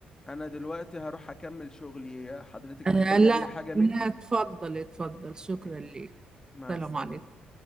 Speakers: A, on the left; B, on the right.
A: أنا دلوقتي هروح أكمل شغلي حضرتك
B: آه،
A: محتاجة
B: لا
A: أي حاجة
B: لا
A: مني؟
B: اتفضل اتفضل شكرا
A: ماشي
B: ليك
A: مع
B: السلام
A: السلامة
B: عليكم